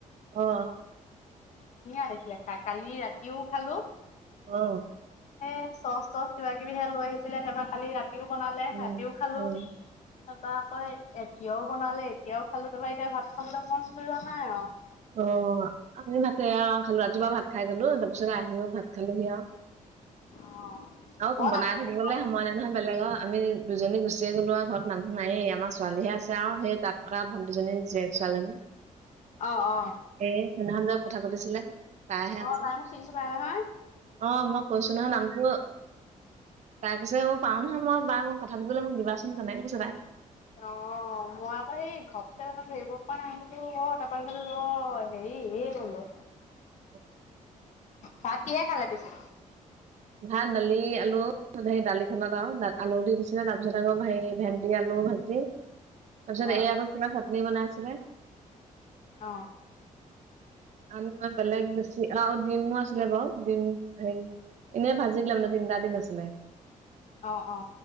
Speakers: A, on the right; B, on the left.
A: অ অ
B: ধুনিয়া লাগিছিলে খাই কালি ৰাতিও খালো
A: অহ
B: এ চচ তচ কিবা কিবিহে লৈ আহিছিলে তাৰপৰা খালি ৰাতিও বনালে
A: উম,
B: ৰাতিও খালো
A: উম,
B: তা পা আকৌ এতিয়াও বনালে এতিয়াও খালো তা পা এতিয়া ভাত খাবলৈ মন যোৱা নাই আও
A: অ আমি ভাতে আও খালো ৰাতিপুৱা ভাত খাই গলো তাৰপিছতে আহিও ভাত খালোহি আও
B: অ'
A: আও
B: মই
A: বনাই
B: ৰাতিপুৱা
A: থাকিবলে
B: ভাত
A: সময় নাই নহয় বেলেগৰ আমি দুজনী গুচিয়ে গ'লো আও ঘৰত মানুহ নায়েই আমাৰ ছোৱালীহে আছে আও সেই তাত থকা ভণ্ট দুজনী জীয়েক ছোৱালীজনী
B: অ অ
A: এ সেইদিনাখন যে কথা পাতিছিলে তাই হে আছে
B: অ' তাই মোক চিনি পাই নহয়।
A: অ মই কৈছো নহয় নামটো তাই কৈছে মই পাওঁ নহয় মই বা ম‌ই কথা পাতিবলৈ মোক দিবাচোন তেনেকে কৈছে তাই
B: অ অ মই আকৌ সেই ঘপকে মানে ধৰিব পৰা নাই বোলো অ তা পা অ হেৰি এই বোলো
A: <inaudible>
B: ভাত কিহে খালে পিছে
A: ভাত দালি আলু হে দালিখনত আৰু আলু দি দিছিলে তা পিছত আৰু হেৰি ভেন্দি আলু লু ভাজি তা পিছত
B: অ'
A: এই আকৌ কিবা চাটনি বনাই আছিলে
B: অ
A: আনোতে বেলেগ বেছি আৰু ডিমো আছিলে বাৰু ডিম হেই এনেই ভাজি দিলে মানে তিনটা দিম আছিলে
B: অ' অ'